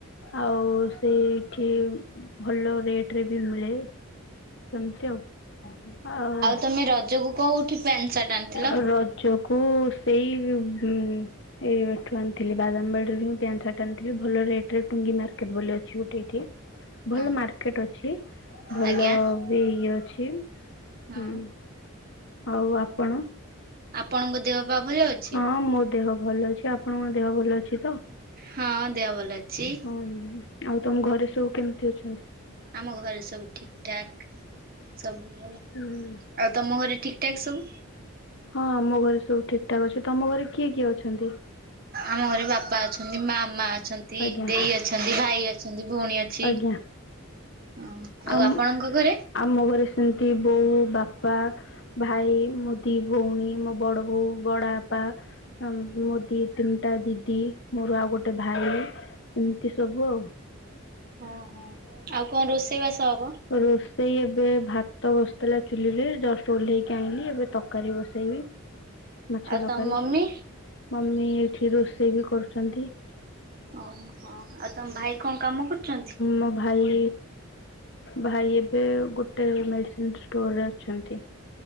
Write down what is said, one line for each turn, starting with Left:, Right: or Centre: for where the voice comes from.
Left: ଆଉ ସେ ଠି ଭଲ ରେଟ୍ ରେ ବି ମିଳେ। ସେମିତି ଆଉ
Right: ତମେ ରଜକୁ କୋଉଠି ପ୍ୟାଣ୍ଟ ସାର୍ଟ ଆଣିଥିଲ?
Left: ର ରଜକୁ ସେଇ ଉଁ ଏ ଠୁ ଆଣିଥିଲି ବାଦାମବାଡିରୁ ହିଁ ପ୍ୟାଣ୍ଟ୍ ସାର୍ଟ ଆଣିଥିଲି ଭଲ ରେଟ୍ ରେ ଟୁଙ୍ଗି ମାର୍କେଟ୍ ବୋଲି ଅଛି ଗୋଟେ ଏଇଠି। ଭଲ
Right: ହଁ
Left: ମାର୍କେଟ ଅଛି। ଭଲ
Right: ଆଜ୍ଞା
Left: ବି ଇଏ ଅଛି ହୁଁ।
Right: ହଁ
Left: ଆଉ
Right: ହଉ
Left: ଆପଣ
Right: ଆପଣଙ୍କ ଦେହ ପା ଭଲ ଅଛି?
Left: ହଁ ମୋ ଦେହ ଭଲ ଅଛି, ଆପଣଙ୍କ ଦେହ ଭଲ ଅଛି ତ?
Right: ହଁ ଦେହ ଭଲ ଅଛି।
Left: ଉଁ ହୁଁ ଆଉ ତମ ଘରେ ସବୁ କେମିତି ଅଛନ୍ତି?
Right: ଆମ ଘରେ ସବୁ ଠିକ୍ ଠାକ୍ ସବୁ ଭଲ।
Left: ହୁଁ
Right: ଆଉ ତମ ଘରେ ଠିକ୍ ଠାକ୍ ସବୁ?
Left: ହଁ ଆମ ଘରେ ସବୁ ଠିକ୍ ଠାକ୍ ଅଛି। ତମ ଘରେ କିଏ କିଏ ଅଛନ୍ତି?
Right: ଆମ ଘରେ ବାପା ଅଛନ୍ତି ମାମା ଅଛନ୍ତ ଦି
Left: ଆଜ୍ଞା
Right: ଦି ଅଛନ୍ତି ଭାଇ ଅଛନ୍ତି ଭୋଉଣୀ ଅଛି।
Left: ଆଜ୍ଞା
Right: ଆଉ
Left: ଆମ
Right: ଆପଣଙ୍କ ଘରେ?
Left: ଆମ ଘରେ ସେମତି ବୋଉ ବାପା ଭାଇ ମୋ ଦି ଭୋଉଣୀ ମୋ ବଡ ବୋଉ ବଡ ବାପା ସମ ମୋ ଦି ତିନିଟା ଦିଦି ମୋର ଆଉ ଗୋଟେ ଭାଇ ଏମିତି ସବୁ ଆଉ।
Right: ଅଁ ହଁ ଆଉ କଣ ରୋଷେଇ ବାସ ହବ?
Left: ରୋଷେଇ ଏବେ ଭାତ ବସିଥିଲା ଚୁଲିରେ ଜଷ୍ଟ ଓଲ୍ଲେଇ କି ଆଣିଲି ଏବେ ତରକାରୀ ବସେଇବି ମାଛ
Right: ଆଉ
Left: ତରକାରୀ।
Right: ତମ ମମି?
Left: ମମି ଏଇଠି ରୋଷେଇ ବିି କରୁଚନ୍ତି।
Right: ଓହୋ ଆଉ ତମ ଭାଇ କଣ କାମ କରୁଚନ୍ତି?
Left: ମୋ ଭାଇ ଭାଇ ଏବେ ଗୋଟେ ମେଡିସିନ ଷ୍ଟୋର ରେ ଅଛନ୍ତି।